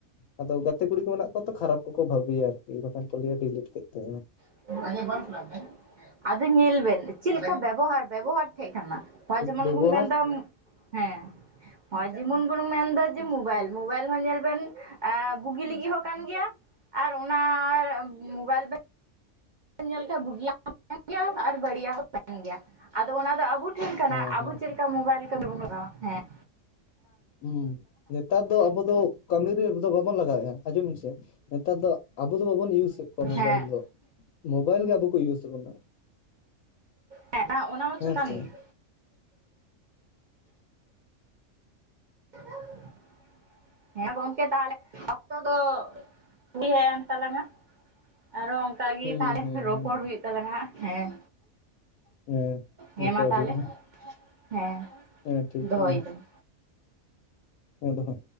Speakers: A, on the left; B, on the right.
A: ᱟᱫᱚ ᱜᱟᱛᱮ ᱠᱩᱲᱤ ᱠᱚ ᱢᱮᱱᱟᱜ ᱠᱚᱣᱟ ᱛᱚ, ᱠᱷᱟᱨᱟᱯ ᱠᱚᱼᱠᱚ ᱵᱷᱟᱹᱵᱤᱼᱭᱟ ᱟᱨᱠᱤ, ᱵᱟᱠᱷᱟᱱ ᱠᱚ ᱞᱭᱟ ᱰᱤᱤᱴ ᱠᱮᱫ ᱛᱮ
B: <unintelligible> ᱟᱫᱚ ᱧᱮᱞ ᱵᱮᱱ ᱪᱮᱫᱮ ᱞᱮᱠᱟ ᱵᱮᱵᱚᱦᱟᱨ - ᱵᱮᱵᱚᱦᱟᱨ ᱛᱟᱦᱮᱸᱮᱡ ᱠᱟᱱᱟᱜ ᱡᱮᱢᱚᱱ
A: ᱵᱮᱵᱚᱦᱟᱨ
B: ᱵᱚᱱ ᱢᱮᱱᱮᱫᱟ ᱦᱮᱸ᱾ ᱦᱚᱸᱭ ᱡᱮᱢᱚᱱ ᱵᱚᱱᱢ ᱢᱮᱱᱮᱫᱟ ᱡᱮ ᱢᱚᱵᱟᱭᱤᱞ, ᱢᱳᱚᱵᱟᱭᱤᱞ ᱦᱚᱸ ᱧᱮᱞ ᱵᱮᱱᱼᱼ ᱵᱩᱜᱤ ᱞᱟᱹᱜᱤᱫ ᱦᱚᱸ ᱠᱟᱱ ᱜᱮᱭᱟ ᱟᱨ ᱚᱱᱟ ᱢᱳᱵᱟᱭᱤᱞᱼᱼ ᱧᱮᱞ ᱵᱩᱜᱤᱭᱟ ᱦᱚᱸ ᱛᱟᱦᱮᱱ ᱜᱮᱭᱟ ᱟᱨ ᱵᱟᱹᱲᱤᱡᱟ ᱦᱚᱸ ᱛᱟᱦᱮ ᱜᱮᱭᱟ ᱟᱫᱚ ᱚᱱᱟ ᱫᱚ ᱟᱵᱚᱼᱼ ᱠᱟᱱᱟ
A: ᱦᱚᱸ
B: ᱟᱵᱚ
A: ᱦᱚᱸ
B: ᱪᱮᱫ ᱞᱮᱠᱟ ᱢᱳᱵᱟᱭᱤᱞ ᱠᱚᱫᱚᱵᱚᱱ ᱞᱟᱜᱟᱣᱟ ᱦᱮᱸᱼᱼ
A: ᱦᱩᱸ ᱱᱮᱛᱟᱨ ᱫᱚ ᱟᱵᱚ ᱫᱚ ᱠᱟᱹᱢᱤ ᱨᱮᱫᱚ ᱵᱟᱵᱚᱱ ᱞᱟᱜᱟᱣᱮᱫᱼᱟ ᱟᱡᱚᱢᱵᱮᱱ ᱥᱮ ᱱᱮᱛᱟᱨ ᱫᱚᱼᱼ ᱟᱵᱚ ᱫᱚ ᱵᱟᱵᱚᱱ ᱤᱭᱩᱡᱮᱫ ᱠᱚᱣᱟ ᱢᱳᱵᱟᱭᱤᱞ
B: ᱦᱮᱸ
A: ᱫᱚ, ᱢᱳᱵᱟᱭᱤᱞ ᱜᱮ ᱟᱵᱚ ᱠᱚ ᱤᱭᱩᱡᱮ ᱵᱚᱱᱟ᱾
B: ᱦᱮᱸ ᱚᱱᱟ ᱦᱚᱪᱚ
A: ᱦᱮᱸ
B: ᱠᱟᱱ
A: ᱥᱮ
B: ᱜᱤᱭᱟᱹ᱾ <inaudible> ᱦᱮᱸ ᱜᱚᱝᱠᱮ ᱛᱟᱦᱚᱞᱮ ᱚᱠᱛᱚ ᱫᱚ ᱦᱩᱭ ᱦᱮᱡᱮᱱ ᱛᱟᱞᱟᱝᱟ᱾ ᱟᱨᱚ ᱚᱱᱠᱟ ᱜᱮ
A: ᱦᱩᱸ
B: ᱛᱟᱦᱚᱞᱮ
A: ᱦᱩᱸ
B: ᱨᱚᱯᱚᱲ
A: ᱦᱩᱸ
B: ᱦᱩᱭᱩᱼᱜ ᱛᱟᱞᱟᱝ ᱦᱮᱸ᱾
A: ᱦᱮᱸ
B: ᱦᱮᱸ
A: ᱨᱚᱯᱚᱲ
B: ᱢᱟ ᱛᱟᱦᱚᱞᱮ
A: ᱦᱩᱭᱩᱜᱼᱟ
B: ᱦᱮᱸ
A: ᱦᱮᱸ ᱴᱷᱤᱠ ᱜᱮᱭᱟ
B: ᱫᱚᱦᱚᱭᱤᱫᱟᱹᱧ᱾
A: ᱢᱟ ᱦᱮᱸ ᱫᱚᱦᱚᱭᱼᱼ